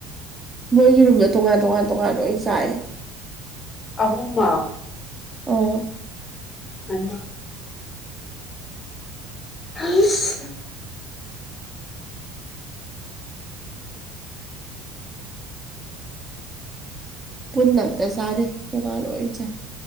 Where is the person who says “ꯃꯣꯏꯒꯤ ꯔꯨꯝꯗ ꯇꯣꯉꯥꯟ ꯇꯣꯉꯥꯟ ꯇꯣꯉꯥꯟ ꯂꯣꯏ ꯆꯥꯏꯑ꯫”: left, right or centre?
Right